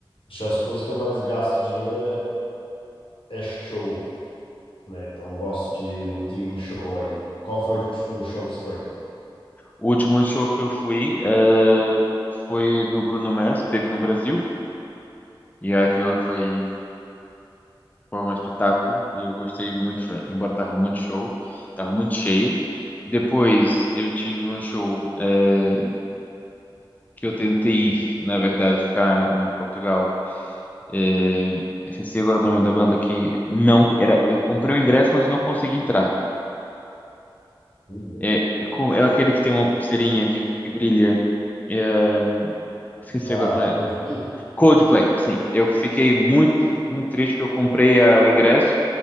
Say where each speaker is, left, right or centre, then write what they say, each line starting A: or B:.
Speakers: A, on the left; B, on the left.
A: Acho que as coisas que eu mais gasto dinheiro é, é show, né? Então, eu gosto de ir muito em show aí. Qual foi o último show que você foi?
B: O último show que eu fui eh, foi do Bruno Mars, que teve no Brasil, e aquele foi, foi um espetáculo, e eu gostei muito, foi- embora tava muito show, tava muito cheio. Depois eu tive um show eh, que eu tentei ir, na verdade, cá em Portugal. Eh, eu esqueci agora o nome da banda que não era. Eu comprei o ingresso, mas não consegui entrar.
A: Olha.
B: É, é, com- é aquele que tem uma pulseirinha que, que brilha. É, esqueci
A: Ah,
B: agora.
A: Coldplay?
B: Coldplay, sim. Eu fiquei muito, muito triste que eu comprei ah, o ingresso,